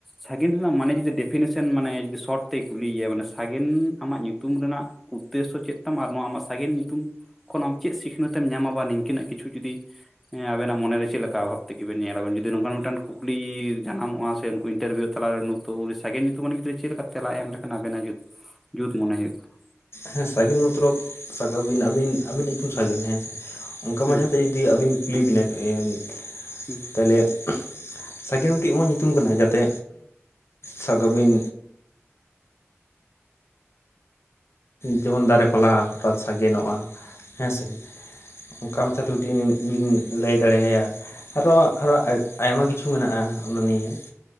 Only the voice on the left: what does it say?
ᱦᱮᱸ ᱥᱟᱜᱮᱱ ᱢᱚᱛᱞᱚᱵ ᱥᱟᱠᱟᱢ ᱵᱤᱱ ᱟᱹᱵᱤᱱ ᱟᱹᱵᱤᱱ ᱧᱩᱛᱩᱢ ᱥᱟᱜᱮᱱ ᱦᱮᱸ ᱥᱮ ᱚᱱᱠᱟ
ᱢᱟ ᱡᱟᱦᱟᱸᱛᱮ ᱡᱩᱫᱤ ᱟᱹᱵᱤᱱ ᱠᱩᱞᱤ ᱵᱤᱱᱟ <inaudible>
ᱛᱟᱦᱚᱞᱮ ᱥᱟᱜᱮᱱ ᱢᱤᱫᱴᱤᱡ ᱮᱢ ᱧᱩᱛᱩᱢ ᱠᱟᱱᱟ ᱡᱟᱛᱮ ᱥᱟᱵ ᱠᱟᱜ ᱵᱤᱱ, ᱡᱮᱢᱚᱱ ᱫᱟᱨᱮ ᱯᱟᱞᱟ ᱦᱚᱴᱟᱛ ᱥᱟᱜᱮᱱᱚᱜᱼᱟ, ᱦᱮᱸ ᱥᱮ? ᱚᱱᱠᱟ ᱢᱟᱪᱷᱟ ᱛᱮ <inaudible> ᱞᱟᱹᱭ ᱫᱟᱲᱮ ᱟᱭᱟ ᱟᱫᱚ ᱟᱨᱚ ᱟᱭᱢᱟ ᱠᱤᱪᱷᱩ ᱢᱮᱱᱟᱜᱼᱟ, ᱚᱱᱟ ᱱᱤᱭᱮ